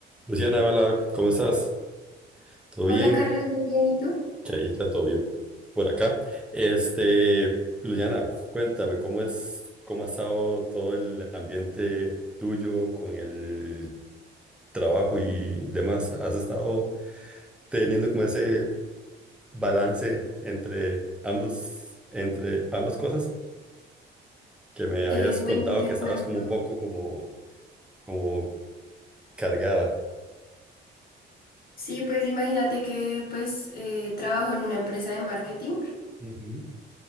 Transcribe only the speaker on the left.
Hola
Carlos, muy bien, ¿y tú?
Eh,
bueno, te
cuento.
Sí, pues imagínate que pues eh, trabajo en una empresa de marketing,